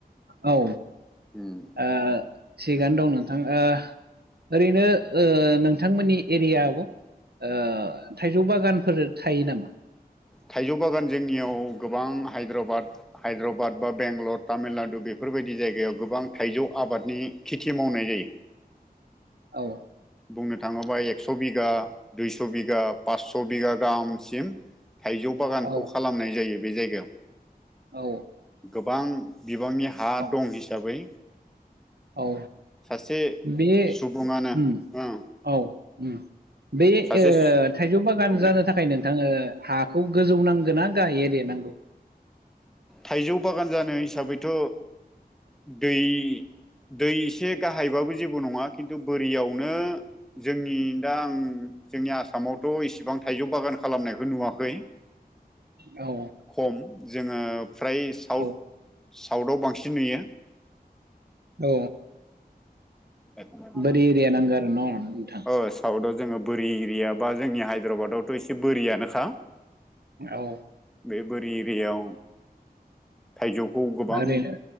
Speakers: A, on the right; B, in the centre.
A: औ
B: ओम।
A: ओ-थिगआनो दं नोंथां। ओ- ओरैनो ओ-नोंथांमोननि एरियाव ओ-थाइजौ बागानफोर थायो नामा?
B: थाइजौ बागान जोंनियाव गोबां हायद्राबाद हायद्राबाद बा बेंगलर तामिलनाडु बेफोरबायदि जायगायाव गोबां थाइजौ आबादनि खेथि मावनाय जायो।
A: औ
B: बुंनो थाङोबा एकस' बिगा दुइस' बिगा पास्स' बिगा गाहामसिम। थाइजौ बागानखौ
A: औ
B: खालामनाय जायो बे जायगायाव।
A: औ
B: गोबां बिबांनि हा
A: औ
B: दं हिसाबै।
A: औ
B: सासे
A: बे
B: सुबुङानो।
A: उम
B: ओं
A: औ उम बे
B: सासे
A: थाइजौ बागान
B: बुंदो
A: जानो थाखाय नोंथाङ ओ हाखौ गोजौ नांगोन ना गाहाय एरिया नांगौ।
B: थाइजौ बागान जानो हिसाबैथ' दै। दै एसे गाहायबाबो जेबो नङा खिन्थु बोरियावनो। जोंनि दा आं जोंनि आसामावथ' इसिबां थाइजौ बागान खालामनायखौ नुवाखै। <unintelligible>
A: औ
B: खम जोङो फ्राय साउथ
A: औ
B: साउथाव बांसिन नुयो
A: औ
B: <unintelligible>
A: बोरि एरिया नांगौ आरो न' नोंथां
B: औ साउथाव जोङो बोरि एरिया बा जोंनि हायद्राबादावथ' एसे बोरियानोखा।
A: औ
B: बेबुरि एरियाआव। थाइजौखौ गोबां
A: ओरैनो